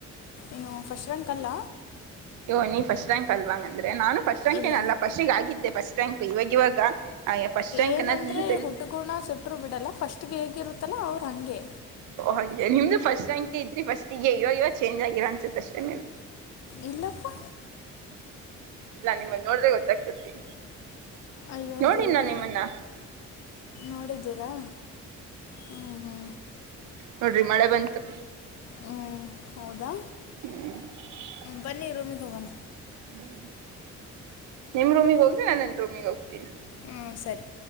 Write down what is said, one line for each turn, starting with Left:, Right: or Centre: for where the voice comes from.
Left: ಏನು ಫಸ್ಟ್ ರ್ಯಾಂಕ್ ಅಲ್ಲ
Right: ವ ನೀ ಸ್ಟ್ ರ್ಯಾಂಕ್ ಅಲ್ವಾಂಗ ಅಂದ್ರೆ ನಾನ ಸ್ಟ್ ರ್ಯಾಂಕೇನಲ್ಲ
Left: ಇಲ್ಲ
Right: ಸ್ಿಗೆ ಆಗಿದ್ದೆ ಫಸ್ಟ್ ರ್ಯಾಂಕ್ ಇವಾಗ ಇವಾಗ ಫಸ್ಟ್ ರ್ಯಾಂಕ್
Left: ಏನಂದ್ರೆ
Right: ಅನ್ನೋದಿಂದ
Left: ಹುಟ್ಗುಣ ಸುಟ್ರು ಬಿಡಲ್ಲ ಫಸ್ಟ್ ಹೇಗಿರುತ್ತಲ್ಲ ಅವ್ರ ಹಂಗೆ
Right: ಓ್ ಹಾಗಂ ನಿಮ್ದು ಫಸ್ಟ್ ರ್ಯಾಂಗೆ ಇದ್ರಿ ಫಸ್ಟಿಗೆ ಇವಾಗ ಇವ ಚೇಂಜ್ ಆಗಿರ ಅನ್ಸುತ್ತ ಅಷ್ಟೇ
Left: ಇಲ್ಲಪ್ಪ
Right: ಇಲ್ಲ ನಿಮ್ಮನ್ನ ನೋಡ್ರೆ ಗೊತ್ತಾಗ್ತತಿ
Left: ಅಯ್ಯೋ
Right: ನೋಡಿ
Left: ದೇವರೇ
Right: ನಾನು ನಿಮ್ಮನ್ನ
Left: ನೋಡಿದ್ದೀರಾ ಹ್ಞೂ ಹ್ಞೂ
Right: ನೋಡ್ರಿ ಮಳೆ ಬಂತು
Left: ಹ್ಞೂ ಹೌದಾ
Right: ಹ್ಮ್
Left: ಬನ್ನಿ ರೂಮಿಗೆ ಹೋಗೋಣ
Right: ಹ್ಮ ನಿಮ್ ರೂಮಿಗ್ ಹೋಗ್ರಿ ನಾನನ್ ರೂಮಿಗ್ ಹೋಗ್ತೀನಿ
Left: ಹ್ಞೂ ಸರಿ